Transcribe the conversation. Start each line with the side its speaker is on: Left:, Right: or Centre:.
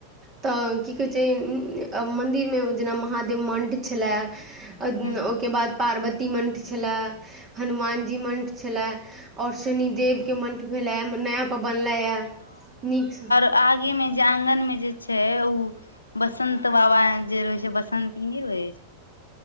Right: तऽ की कह से मन्दिरमे जेना महादेव मण्ड छलै ओहिके
Left: हँ
Right: बाद पार्वती मन्त्र छलै हनुमानजी मन्त्र छलै और शनिदेव के मंठ भेले नया पर बनले य नीकसँ
Left: आगेमे जे आंगनमे जे छै ओ बसंत बाबा जे रहे छै बसंत ई नहि रहे छै